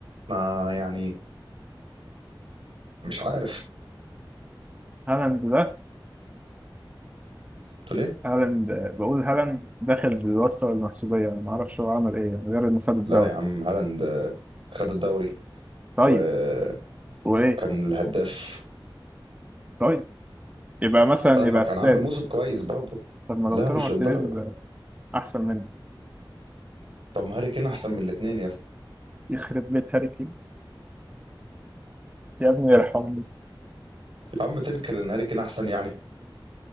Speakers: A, on the right; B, on the right.
A: ما يعني مش عارف
B: هالاند ده
A: قلت ليه
B: هالاند آه، بقول هالاند داخل بالواسطه والمحسوبيه انا ما اعرفش هو عمل ايه يعني غير انه خد الدوري
A: لا يا عم هالاند آه، خد الدوري
B: طيب
A: وكان
B: وايه
A: الهداف
B: طيب يبقى مثلا
A: طب
B: يبقى
A: ما كان
B: السادس
A: عامل موسم كويس برضه
B: طب ما لو
A: لا
B: طلع
A: مش
B: مارتينيز
A: للدرجة
B: ده احسن منه
A: طب ما هاري كين احسن من الاتنين يا اسطى
B: يخرب بيت هاري كين يا ابني يرحمني
A: يا عم تنكر ان هاري كين احسن يعني